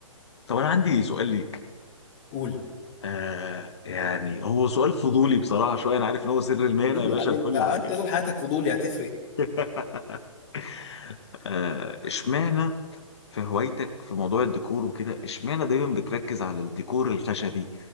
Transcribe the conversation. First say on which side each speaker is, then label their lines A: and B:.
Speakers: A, on the left; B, on the left.
A: طب انا عندي سؤال ليك
B: قول
A: آه يعني هو سؤال فضولي بصراحه شويه انا عارف ان هو سر المهنه
B: قول
A: يا
B: يا
A: باشا
B: حبيبي
A: وكل
B: انت انت
A: حاجه
B: طول حياتك فضولي هتفرق
A: <laughs> آه، اشمعنى في هوايتك في موضوع الديكور وكده اشمعنى دايما بتركز على الديكور الخشبي